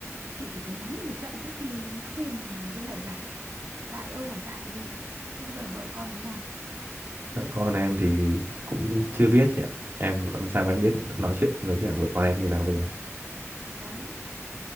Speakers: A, on the right; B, on the right.
A: chị chỉ muốn mắng cho một trận trước khi khuyên với lại giải dại ơi là dại luôn thế giờ vợ con thế nào
B: vợ con em thì cũng chưa biết chị ạ em làm sao mà em biết nói chuyện với cả vợ con em như nào bây giờ
A: đấy